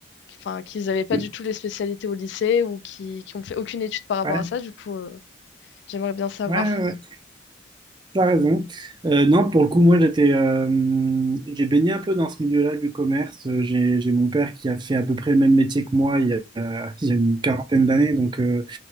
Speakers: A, on the left; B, on the right.
A: enfin, qu'ils avaient pas
B: Ouais,
A: du tout les spécialités au lycée ou qui, qui ont fait aucune étude par rapport
B: ouais,
A: à ça. Du coup, euh, j'aimerais bien savoir.
B: ouais, ouais. T'as raison. Euh, non, pour le coup, moi, j'étais, euh, j'ai baigné un peu dans ce milieu-là du commerce. Euh, J'ai, j'ai mon père qui a fait à peu près le même métier que moi il y a, il y a une quarantaine d'années, donc euh,